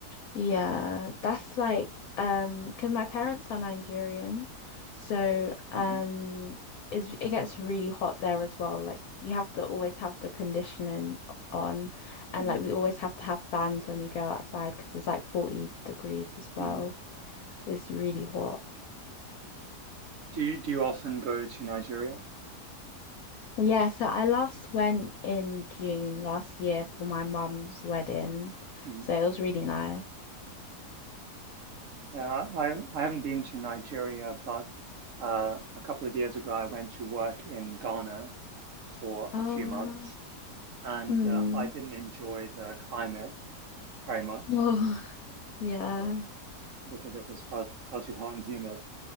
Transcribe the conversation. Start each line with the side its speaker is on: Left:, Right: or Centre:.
Left: Yeah, that's like um because my parents are Nigerian. So um
Right: hmm
Left: it's, it gets really hot there as well. Like you have to always have the conditioning on and
Right: hmm
Left: like we always have to have fans when we go outside because it's like 40 degrees as
Right: hmm
Left: well. It's really hot.
Right: Do you do you often go to Nigeria?
Left: Yeah, so I last went in June last year for my mum's wedding.
Right: hmm
Left: So it was really nice.
Right: Yeah, I I haven't been to Nigeria, but uh, a couple of years ago I went to work in Ghana for
Left: Oh
Right: a few months,
Left: wow.
Right: and
Left: Mm.
Right: uh, I didn't enjoy the climate very much
Left: Oh <laughs>
Right: uh,
Left: yeah.
Right: because it was far far too hot and humid,